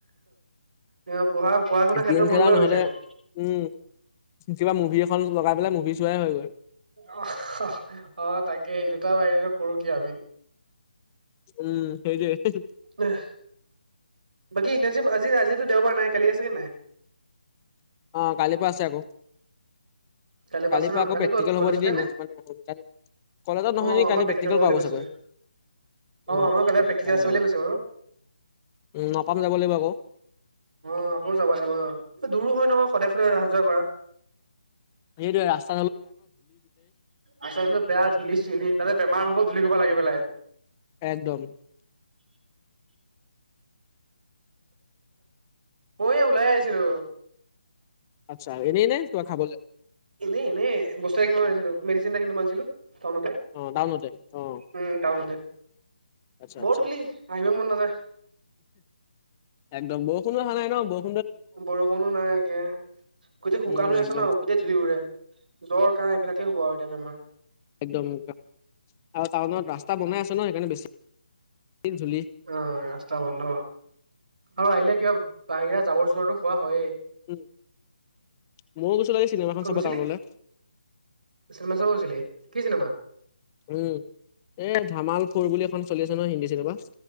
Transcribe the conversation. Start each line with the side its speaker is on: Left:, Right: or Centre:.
Right: এ হহ পঢ়া - পঢ়া - শুনাৰ ক্ষেত্ৰত
Left: গেম
Right: মূৰৰ
Left: খেলা
Right: পৰা
Left: নহ'লে
Right: ৰৈ যায়।
Left: উম, কিবা মুভি এখন লগাই পেলাই মুভি চোৱাই হৈ গৈ।
Right: অহ অ তাকে সেই দুটাৰ বাহিত কৰো কি আমি?
Left: উম সেইতোযে হে
Right: বেহ বাকী ইন্টানচিপ আজি-আজিতো দেওবাৰ নাই কালি আছে কি নাই?
Left: অ কালিৰ পৰা আছে আকৌ।
Right: কাইলৈ পা
Left: কালিৰ
Right: আছে ন'
Left: পৰা আকৌ
Right: কালি
Left: প্ৰেক্টিকেল
Right: ক'ত কলেজতে
Left: হ'ব নেকি
Right: নে?
Left: <inaudible> কলেজত
Right: অ
Left: নহয় নি
Right: আমাৰ
Left: কাইলে প্ৰেক্টিকেল
Right: হ'ব বুলি
Left: কৰাব
Right: কৈছে
Left: চাগৈ?
Right: অ
Left: উম
Right: আমাৰ কাইলৈ প্ৰেক্টিকেল
Left: তালৈ
Right: আছে বুলিয়ে
Left: যাব লাগিব,
Right: কৈছে বাৰু
Left: উম নাপাম যাব লাগিব আকৌ।
Right: অ আকৌ যাব লাগিব, দূৰো হয় নহয় সদায় সদায় অহা - যোৱা কৰা।
Left: সেইটোৱে ৰাছ
Right: আচাতোত বেয়া ধূলি-চুলি তাতে বেমাৰ হ'ব ধূলি সোপা লাগি পেলাই।
Left: একদম।
Right: ময়ো ওলাই আহিছিলো।
Left: আচ্ছা, এনে নে কিবা খাবলে?
Right: এনেই-এনেই বস্তু এটা কিনিব আছিলো। মেডিচিন এটা কিনিব আহিছিলো টাউনতে।
Left: অ টাউনতে অ
Right: উম' টাউনতে,
Left: আচ্ছা
Right: বৰ
Left: আচ্ছা
Right: ধূলি আহিবই মন নাযায়।
Left: একদম বৰষুণো অহা নাই ন বৰ
Right: বৰষুণো নাই একে, গোটেই শুকান
Left: উম
Right: হৈ আছ
Left: একদম
Right: ন গো এতিয়া ধূলি উৰে, জ্বৰ, কাহ এইবিলাকে হ'ব আৰু এতিয়া বেমাৰ।
Left: একদম আৰু টাউনত ৰাস্তা বনাই আছে ন, সেইকাৰণে বেছি ধূলি
Right: অ, ৰাস্তা বন্ধ আৰু আহিলে কিবা বাহিৰা জাবৰ-জোথৰ খোৱা হয়েই,
Left: উম ময়ো গৈছিলো আজি চিনেমাখন
Right: ক'ত
Left: চাব
Right: গৈছিলি?
Left: টাউনলৈ
Right: চিনেমা চাব গৈছিলি? কি চিনেমা?
Left: উম, এ ধামাল ফ'ৰ বুলি এখন চলি আছে নহয় হিন্দী চিনেমা।